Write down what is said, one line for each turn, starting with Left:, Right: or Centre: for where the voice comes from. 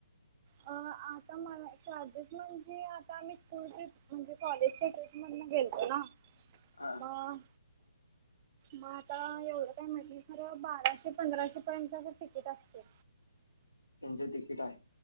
Right: अ आता मला चार्जेस म्हणजे आता आम्ही स्कूल. म्हणजे कॉलेजच्या टेट मधून गेलतो ना
Left: हा
Right: मग. मग आता एवढं काय म्हटलं खर बाराशे पंधराशे पर्यंत अस तिकीट असते.
Left: त्यांची तिकीट आहे